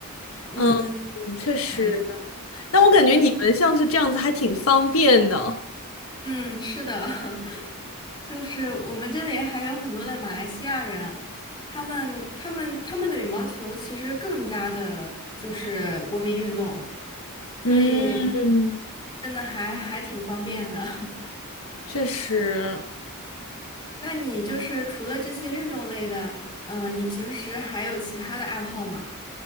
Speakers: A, on the left; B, on the left.
A: 嗯，
B: 嗯，确实，
A: 哎
B: 但我感觉你们像是这样子还挺方便的。
A: 哎，嗯，是的，<laughs> 就是我们这里还有很多的马来西亚人，他们他们他们的羽毛球其实更加的就是国民运动。所以，
B: 嗯，
A: 真的还还挺方便的。<laughs>
B: 确实。
A: 那你就是除了这些运动类的，嗯、你平时还有其他的爱好吗？